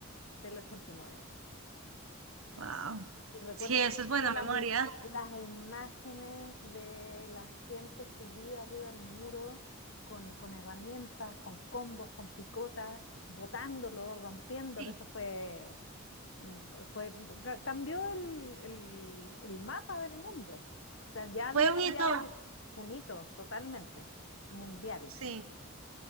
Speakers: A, on the left; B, on the right.
A: del 89.
B: Wow.
A: Y nueve. Y recuerdo
B: Sí, eso
A: perfecto
B: es buena
A: las,
B: memoria.
A: i- las imágenes de la gente subida arriba del muro con, con herramientas, con combos, con picotas, botándolo, rompiéndolo.
B: Sí,
A: Eso fue mm, fue, ca- cambió el, el- el mapa del mundo. O sea, ya había
B: fue un
A: cambiado
B: hito.
A: el, un hito totalmente, mundial.
B: Sí,